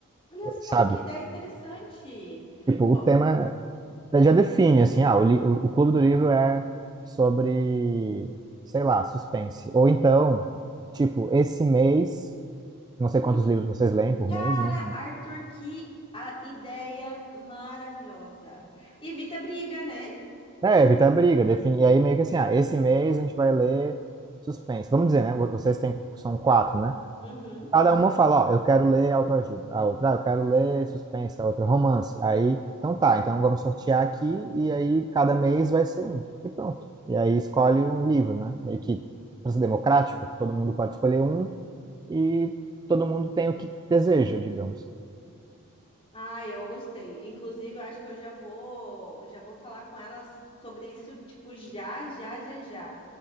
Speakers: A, on the left (about 25°); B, on the right (about 20°).
A: Olha só
B: sabe?
A: que ideia interessante.
B: Tipo, o
A: Pô,
B: tema já define, assim, ah, o, li- o, o clube do livro é sobre, sei lá, suspense. Ou então, tipo, esse mês, não sei
A: hum,
B: quantos livros vocês leem por
A: cara,
B: mês, né?
A: Arthur, que a ideia maravilhosa. Evita briga, né?
B: É, evitar briga, definir E aí meio que assim, ah, esse mês a gente vai ler suspense. Vamos dizer, né? Vocês têm, são quatro, né?
A: Uhum.
B: Cada uma fala, ó, eu quero ler autoajuda. A outra, ah, eu quero ler suspense. A outra, romance. Aí, então tá, então vamos sortear aqui e aí cada mês vai ser um. E pronto. E aí escolhe um livro, né? Meio que pra ser democrático, todo mundo pode escolher um e todo mundo tem o que deseja, digamos.
A: Ah, eu gostei. Inclusive, eu acho que eu já vou, já vou falar com elas sobre isso, tipo, já, já, já, já.